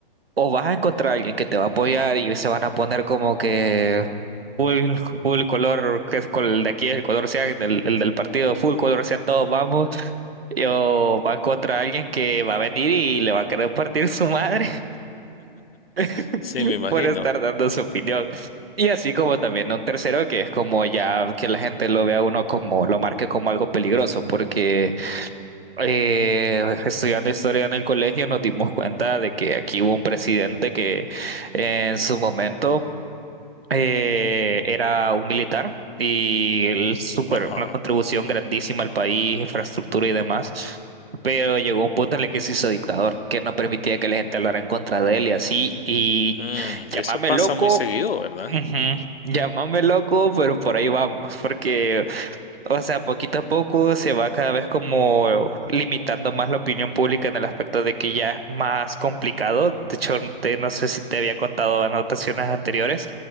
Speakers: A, on the right; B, on the left.
A: o vas a encontrar a alguien que te va a apoyar y se van a poner como que full, full color, que es col- el de aquí es el color sean, el, el del partido, full color sean todos, vamos, y o va a encontrar a alguien que va a venir y le va a querer partir su madre. <laughs>
B: sí,
A: <laughs>
B: me imagino.
A: por estar dando su opinión. Y así como también un tercero que es como ya que la gente lo vea a uno como, lo marque como algo peligroso, porque eh, estudiando historia en el colegio nos dimos cuenta de que aquí hubo un presidente que en su momento eh, era un militar y él súper,
B: Ajá.
A: una contribución grandísima al país, infraestructura y demás, pero llegó un punto en el que se hizo dictador, que no permitía que la gente hablara en contra de él y así, y
B: Mm,
A: llámame
B: eso pasa
A: loco,
B: muy seguido, ¿verdad?
A: ujú, llámame loco, pero por ahí vamos, porque o sea, poquito a poco se va cada vez como limitando más la opinión pública en el aspecto de que ya es más complicado. De hecho, te- no sé si te había contado anotaciones anteriores,